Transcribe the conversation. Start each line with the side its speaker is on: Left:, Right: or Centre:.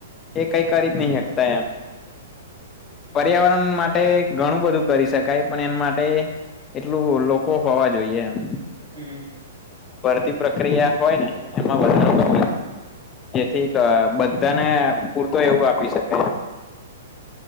Left: એ કઈ કરી જ નહી શકતા એમ
Right: હમ
Left: પર્યાવરણ માટે ઘણું બધું કરી શકાય પણ એના માટે એટલું લોકો હોવા જોઈએ એમ.
Right: હમ હમ
Left: ભરતી પ્રક્રિયા હોય ને એમાં
Right: હમ
Left: વધારો જેથી બધાને પૂરતો એવું આપી શકે.